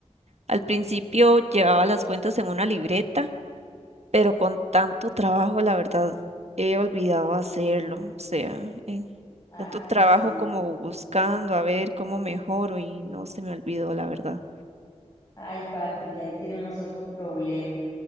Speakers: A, on the right; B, on the left.
A: Al principio llevaba las cuentas en una libreta pero con tanto trabajo, la verdad, he olvidado hacerlo. O sea, eh,
B: Ay,
A: tanto trabajo
B: sí.
A: como buscando a ver cómo mejoro y no se me olvidó, la verdad.
B: Ay, Patri, ahí tenemos otro problema.